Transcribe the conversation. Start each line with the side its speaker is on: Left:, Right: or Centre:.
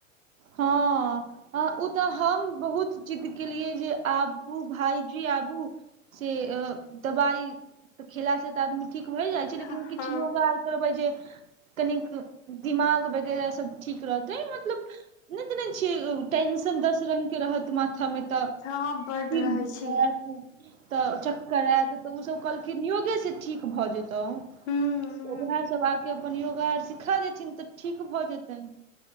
Right: हँ हँ ओ तऽ हम बहुत जिद्द केलियै जे आबू भाईजी आबू से दवाई त खेला से तऽ आदमी ठीक होय जाइ छै लेकिन
Left: हँ
Right: किछ योगा करबै जे कनिक दिमाग वगैरह सब ठीक रहतै मतलब नहि जनय छियै टेंशन दस रंग के रहत माथा मे तऽ
Left: हँ बड
Right: फिर
Left: रहै
Right: दुखत
Left: छै
Right: <unintelligible> तऽ चक्कर आयत तऽ ओसभ कहलखिन योगे से ठीक भऽ जेतै तऽ
Left: ह ह
Right: उएह सभ आके अपन योगा आर सिखा देथिन तऽ ठीक भऽ जेतनि